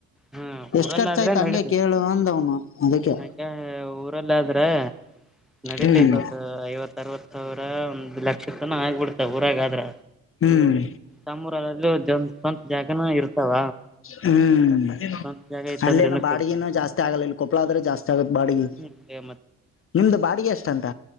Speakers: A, in the centre; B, on the left.
A: ಹ್ಮ್
B: ಎಷ್ಟ್
A: ಊರಲ್ಲ
B: ಖರ್ಚ
A: ಆದ್ರೆ
B: ಆಯ್ತು ಹಂಗೆ
A: ನಡೀತ
B: ಕೇಳು ಅಂದವ್ನು ಅದಕ್ಕೆ
A: ಯಾಕೆ ಊರಲ್ಲ ಆದ್ರೆ ನಡತೈತ್
B: ಹ್ಮ್
A: ಒಂದು ಐವತ್ತು ಅರವತ್ ಸಾವಿರ ಒಂದ್ ಲಕ್ಷ ತನ ಆಗ್ಬಿಡ್ತಾವ ಊರಾಗ ಆದ್ರ
B: ಹ್ಮ್
A: ನಮ್ಮೂರಲ್ಲೂ ಒಂದ್ ಸ್ವಂತ ಜಾಗನೂ ಇರ್ತಾವ
B: ಹ್ಮ್
A: ಸ್ವಂತ ಜಾಗ ಇತ್ತಂದ್ರೆ
B: ಅಲ್ಲೇನ
A: ಇನ್ನೂ
B: ಬಾಡಿಗೆನೂ ಜಾಸ್ತಿ ಆಗಲ್ಲ ಇಲ್ಲಿ ಕೊಪ್ಪಳ ಆದ್ರೆ ಜಾಸ್ತಿ ಆಗತ್ ಬಾಡಿಗೆ
A: ಕಡಿಮೆ
B: ನಿಮ್ದು ಬಾಡಿಗೆ ಎಷ್ಟಂತ